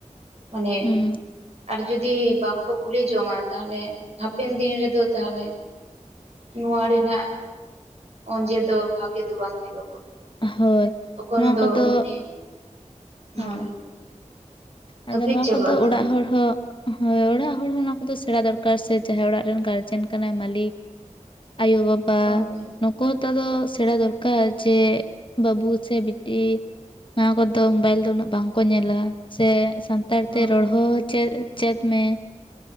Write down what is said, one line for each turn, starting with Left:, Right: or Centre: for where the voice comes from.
Right: ᱢᱟᱱᱮ
Left: ᱦᱩᱸ
Right: ᱟᱨ ᱡᱩᱫᱤ ᱵᱟᱝ ᱠᱚ ᱠᱩᱞᱤ ᱡᱚᱝᱼᱟ ᱛᱟᱦᱚᱞᱮ ᱦᱟᱯᱮᱱ ᱫᱤᱱ ᱨᱮᱫᱚ ᱛᱟᱦᱚᱞᱮ ᱱᱚᱣᱟ ᱨᱮᱱᱟᱜ ᱚᱸᱡᱮ ᱫᱚ ᱵᱷᱟᱜᱮ ᱫᱚ ᱵᱟᱝ ᱧᱮᱞᱚᱜᱚᱜᱼᱟ
Left: ᱦᱳᱭ
Right: ᱛᱚᱠᱷᱚᱱ
Left: ᱱᱚᱣᱟ
Right: ᱫᱚ
Left: ᱠᱚᱫᱚ
Right: ᱢᱟᱱᱮ ᱦᱳᱭ
Left: ᱦᱮᱸ
Right: ᱦᱟᱹᱯᱤᱫ
Left: ᱟᱫᱚ ᱱᱚᱣᱟ
Right: ᱪᱟᱵᱟᱜ
Left: ᱠᱚᱫᱚ
Right: ᱟᱛᱚ
Left: ᱚᱲᱟᱜ ᱦᱚᱲ ᱦᱚᱸ ᱦᱳᱭ ᱚᱲᱟᱜ ᱦᱚᱲ ᱦᱚᱸ ᱚᱱᱟ ᱠᱚᱫᱚ ᱥᱮᱬᱟ ᱫᱚᱨᱠᱟᱨ ᱥᱮ ᱡᱟᱦᱟᱸᱭ ᱚᱲᱟᱜ ᱨᱮᱱ ᱜᱟᱨᱡᱮᱱ ᱠᱟᱱᱟᱭ ᱢᱟᱹᱞᱤᱠ ᱟᱭᱳ ᱵᱟᱵᱟ
Right: ᱦᱳᱭ
Left: ᱱᱩᱠᱩ ᱦᱚᱛᱚ ᱟᱫᱚ ᱥᱮᱬᱟ ᱫᱚᱨᱠᱟᱨ ᱡᱮ ᱵᱟᱹᱵᱩ ᱥᱮ ᱵᱤᱴᱤ ᱱᱚᱣᱟ ᱠᱚᱫᱚ ᱢᱳᱵᱟᱭᱤᱞ ᱫᱚ ᱩᱱᱟᱹᱜ ᱵᱟᱝ ᱠᱚ ᱧᱮᱞᱟ ᱥᱮ ᱥᱟᱱᱛᱟᱲ
Right: ᱦᱳᱭ
Left: ᱛᱮ ᱨᱚᱲ ᱦᱚ ᱪᱮᱫ ᱪᱮᱫ ᱢᱮ